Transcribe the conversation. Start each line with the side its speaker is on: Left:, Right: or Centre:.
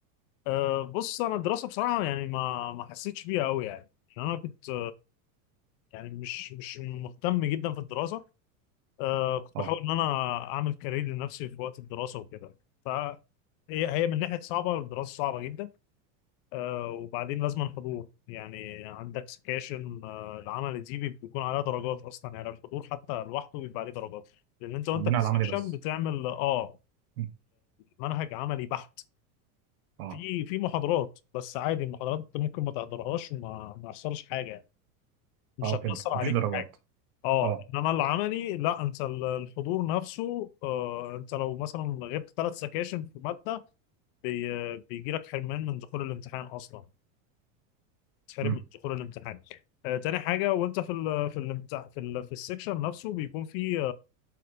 Left: آه، بص انا الدراسه بصراحه يعني ما ما حسيتش بيها قوي يعني يعني انا كنت يعني مش مش مهتم جدا في الدراسه آه كنت
Right: اه
Left: بحاول ان انا اعمل كارير لنفسي في وقت الدراسه وكده ف هي هي من ناحيه صعبه الدراسه صعبه جدا آه وبعدين لازم حضور يعني عندك سكاشن آه العمل دي بيكون عليها درجات اصلا يعني الحضور حتى لوحده بيبقى عليه درجات لان انت وانت
Right: عندنا
Left: في السكشن
Right: على العملي بس
Left: بتعمل اه
Right: م.
Left: المنهج عملي بحت
Right: اه
Left: في في محاضرات بس عادي المحاضرات انت ممكن ما تحضرهاش وما ما يحصلش حاجه يعني مش
Right: اه
Left: هتاثر
Right: فهمت
Left: عليك
Right: مفيش درجات
Left: في حاجه اه
Right: اه
Left: انما العملي لا انت ال- الحضور نفسه آه انت لو مثلا غبت ثلاث سكاشن في ماده بي بيجي لك حرمان من دخول الامتحان اصلا تحرم
Right: امم
Left: من دخول الامتحان آه تاني حاجه وانت في ال في الامتحان في ال في السكشن نفسه بيكون في